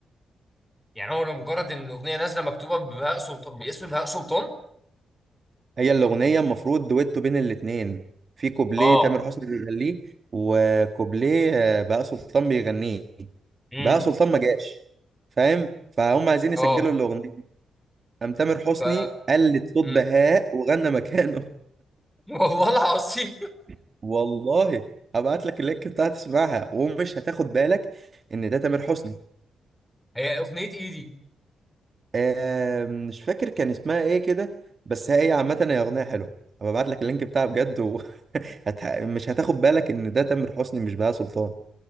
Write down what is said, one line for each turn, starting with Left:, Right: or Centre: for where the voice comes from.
Centre: يعني هو لمجرد ان الاغنيه نازله مكتوبه ببهاء سلطان باسم بهاء سلطان
Right: هي الاغنيه المفروض دويتو بين الاتنين في كوبليه
Centre: اه
Right: تامر حسني بيغنيه وكوبليه آه، بهاء سلطان بيغنيه
Centre: امم
Right: بهاء سلطان ما جاش فاهم فهم عايزين يسجلوا
Centre: اه
Right: الاغنيه قام تامر حسني
Centre: ف
Right: قلد صوت
Centre: مم.
Right: بهاء وغنى مكانه
Centre: <laughs> والله العظيم
Right: <laughs> والله هبعت لك اللينك بتاعها تسمعها ومش هتاخد بالك ان ده تامر حسني
Centre: <laughs> هي اغنيه ايه دي
Right: آه مش فاكر كان اسمها ايه كده بس هي عامة هي أغنية حلوة هبعت لك اللينك بتاعها بجد وهت... <laughs> مش هتاخد بالك إن ده تامر حسني مش بهاء سلطان